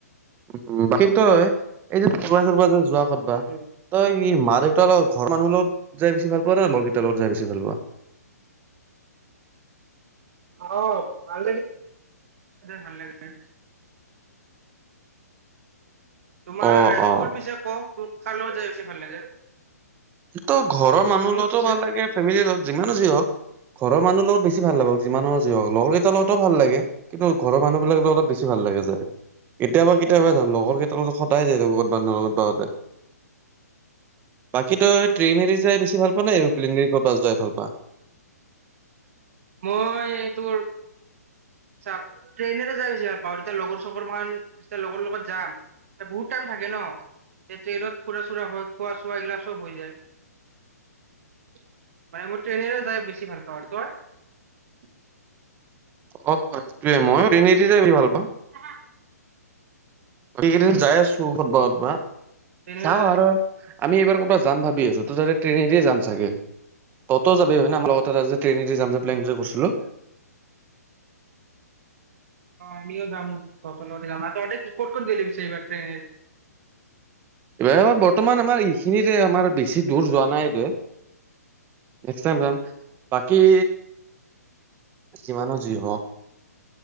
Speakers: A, on the right; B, on the right.
A: মম বাকী তই। এই যে ফুৰ্বা চোৰবা যে যোৱা কৰতবা
B: উম
A: তই মা দেউতাৰ অল। ঘৰৰ মানুহ লগত যাই বেছি ভাল পোৱা না লগৰকিতা যাই বেছি ভাল পোৱা।
B: অ ভাল লাগে ভাল লাগে। তোমাৰ
A: অ অ
B: তোৰ পিছে ক তোৰ। কাৰ লগত জাই বেছি ভাল লাগে।
A: তো ঘৰৰ মানুহ
B: তোৰ
A: লগতো
B: পিছে
A: ভাল লাগে ফেমিলিৰ লগত যিমানো যি হওক ঘৰৰ মানুহ লগত বি। বেছি ভাল নাপাওঁ যিমানৰ যি হওক লগৰ কেইটা লগতো ভাল লাগে কিন্তু ঘৰৰ মানুহবিলাক অলপ বেছি ভাল লাগে যায় কেতিয়াবা কেতিয়াবা যলগৰ কেইটা সদাই যায় লগত বানুহ লগত প হলে কি তই ট্ৰেইনে দি যাই বেছি ভাল পোৱা নে এৰুপ্লেনেৰে দি বা যাই ভাল পায় বাহ
B: মই তোৰ চা ট্ৰেইনেৰে যাই বেছি ভাল পাওঁ তেতিয়া লগৰ চৰ ম যেতিয়া লগৰ লগত যাম বহুত টাইম থাকে ন ট্ৰেইনত ফুৰা চুৰা হয় খোৱা চোৱা এইগিলা চব হৈ যায় মানে মই ট্ৰেইনেৰে যাই বেছি ভাল পাওঁ তই <unintelligible>
A: অ সেইটোয়ে মই ট্ৰেইনেৰে দি যাই বেছি ভাল পাও
B: হা <unintelligible>
A: এইদিন যাই আছো কতবা কতবা
B: ট্ৰেইনেৰে
A: চাম
B: যা
A: আৰু আমি এইবাৰ ক'বাত যাম ভাবি আছো ত তা ট্ৰেইনেদি যাম চাগে ত'ত যাবি হয় ন আমাৰ লগততোত যে ট্ৰেইনেদি যাম যে প্লেনটো কৰিছিলো
B: আমিও যাম তত ল যাম কি ক'ত ক'ত গেলি এইবাৰ এনে
A: ম ব <unintelligible> বৰ্তমান আমাৰ এইখিনিৰে আমাৰ বেছি দূৰ যোৱা নাই দে নেক্স টাইম যাম বাকী যিমানে যি হক